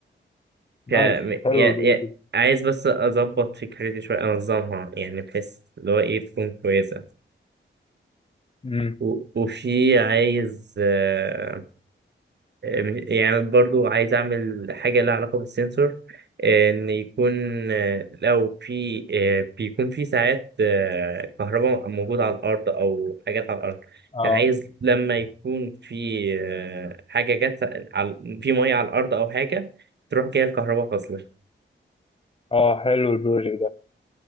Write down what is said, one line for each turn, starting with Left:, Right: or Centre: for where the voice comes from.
Left: نايس
Right: ك... يا...
Left: حلو البروجكت
Right: يا... عايز بس اظبط فكرتي شويه انظمها يعني بحيث اللي هو ايه تكون كويسه
Left: امم
Right: و... وفي عايز آه، آه، يعني برضو عايز اعمل حاجه لها علاقه بالسنسور آه، ان يكون آه، لو في آه، بيكون في ساعات آه، كهرباء موجوده على الارض او حاجات على الارض
Left: اه
Right: يعني عايز لما يكون في آه، حاجه جت على... في ميه على الارض او حاجه تروح جايه الكهرباء فاصله
Left: اه حلو البروجكت ده